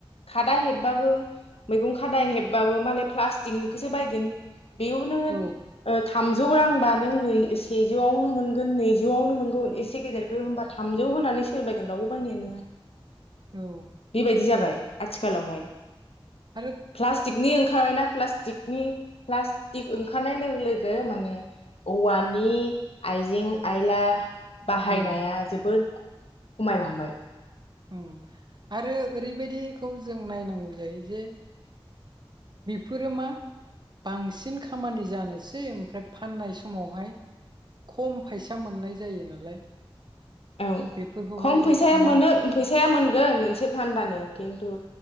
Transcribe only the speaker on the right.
औ
औ
आरो
उम
अम आरो ओरैबायदिखौ जों नायनांगौ जायो जे बेफोरो मा बांसिन खामानि जानोसै ओमफ्राय फाननाय समावहाय खम फैसा मोननाय जायो नालाय।
बेफोरखौहाय
माव